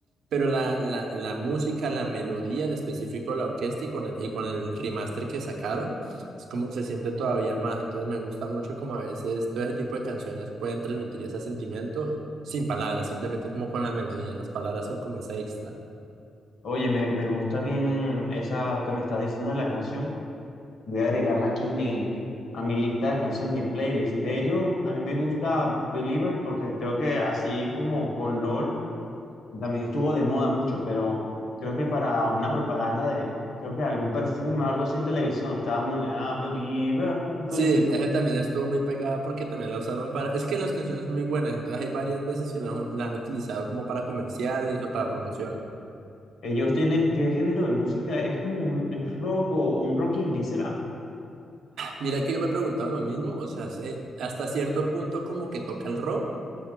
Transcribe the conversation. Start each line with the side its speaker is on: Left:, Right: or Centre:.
Right: pero la, la, la música, la melodía en específico, la orquesta y con el, y con el remaster que sacaron, es como se siente todavía más. Entonces me gusta mucho como a veces todo ese tipo de canciones pueden transmitir ese sentimiento sin palabras, simplemente como con la melodía. Las palabras son como esa extra.
Left: Oye, me, me gusta bien esa que me estás diciendo de la canción. Voy a agregarla aquí a mi, a mi lista de canciones, mi playlist. De ellos, a mí me gusta Believer porque creo que así como con LOL, también estuvo de moda mucho, pero creo que para una propaganda de, creo que algún perfume, algo así en televisión, estaba muy, ah, Believer,
Right: Sí,
Left: Believer.
Right: ese también estuvo muy pegada porque también la usaron para... Es que las canciones son muy buenas, entonces hay varias veces que la han, la han utilizado como para comerciales o para promoción.
Left: Ellos tienen, ¿qué género de música? Es como un es rock o un rock indie, ¿será?
Right: Mira que yo me he preguntado lo mismo, o sea, se- hasta cierto punto como que toca el rock,